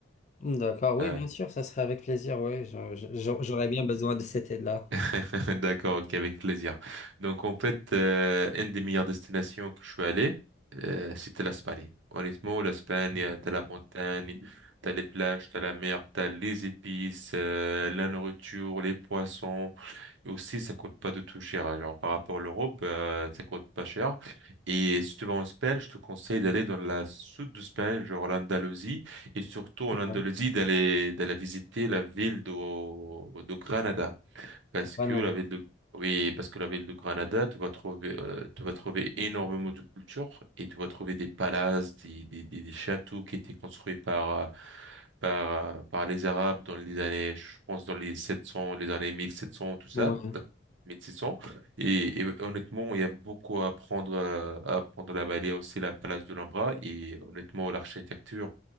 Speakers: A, on the left; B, on the right.
A: D'accord, oui,
B: Euh,
A: bien sûr, ça serait avec plaisir, oui. J'aurais bien besoin de cette aide-là.
B: <laughs> d'accord, ok, avec plaisir. Donc, en fait, euh, une des meilleures destinations que je suis allé, euh, c'était l'Espagne. Honnêtement, l'Espagne, euh, t'as la montagne, t'as les plages, t'as la mer, t'as les épices, euh, la nourriture, les poissons. Aussi, ça coûte pas du tout cher. Hein. Genre, par rapport à l'Europe, euh, ça coûte pas cher. Et si tu vas en Espagne, je te conseille d'aller dans la sud de l'Espagne, genre l'Andalousie, et surtout en
A: Ouais,
B: Andalousie, d'aller, d'aller visiter la ville de, de Granada. Parce
A: Granada.
B: que la ville de oui, parce que la ville de Granada, tu vas trouver, euh, tu vas trouver énormément de culture et tu vas trouver des palaces, des, des, des, des châteaux qui étaient construits par, euh, par, euh, par les Arabes dans les années, je pense, dans les 700 les années 1700 tout ça,
A: Ouais.
B: donc 1600. Et, et honnêtement, il y a beaucoup à apprendre, euh, à apprendre là-bas. Il y a aussi la place de l'Ambra et honnêtement, l'architecture,